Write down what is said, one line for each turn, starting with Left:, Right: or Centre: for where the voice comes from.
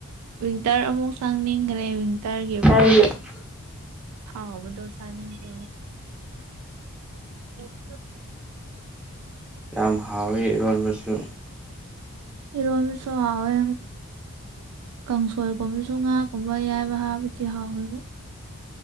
Right: ꯋꯤꯟꯇꯔ ꯑꯃꯨꯛ ꯆꯪꯅꯤꯡꯈ꯭ꯔꯦ ꯋꯤꯟꯇꯔꯒꯤ
Centre: <unintelligible>
Right: ꯍꯥꯎꯕꯨꯗꯣ ꯁꯅꯤ ꯀ <unintelligible>
Centre: ꯌꯥꯝ ꯍꯥꯎꯋꯦ ꯏꯔꯣꯟꯕꯁꯨ
Right: ꯏꯔꯣꯝ ꯁꯣ ꯍꯥꯏ ꯀꯥꯡꯁꯣꯏꯒꯨꯝꯕꯁꯨ ꯉꯥꯒꯨꯝꯕ ꯌꯥꯏꯕ ꯍꯥꯕꯗꯤ ꯍꯥꯎꯣꯏꯕ